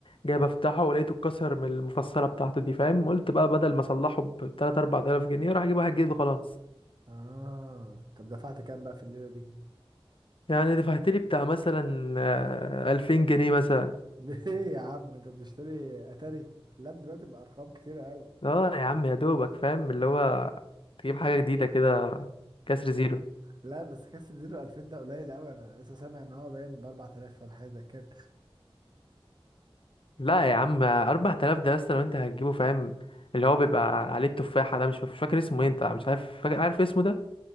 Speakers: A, on the left (about 60°); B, on the right (about 45°).
A: جايب افتحه ولقيته اتكسر من المفصلة بتاعته دي فاهم قلت بقى بدل ما اصلحه ب 3 4000 جنيه راح اجيب واحد جديد وخلاص
B: اه طب دفعت كام بقى في الليلة دي؟
A: يعني دفعت لي بتاع مثلا آه، 2000 جنيه مثلا
B: <laughs> ليه يا عم انت بتشتري اتاري؟ اللاب دلوقتي بأرقام كتيرة قوي
A: اه يا عم يا دوبك فاهم اللي هو تجيب حاجة جديدة كده كسر زيرو
B: لا بس كاس الزيرو 2000 ده قليل قوي انا لسه سامع ان هو باين ب 4000 ولا حاجة زي كده
A: لا يا عم 4000 ده لسه لو انت هتجيبه فاهم اللي هو بيبقى عليه التفاحة ده مش فا- مش فاكر اسمه ايه انت مش عارف فاكر عارف اسمه ده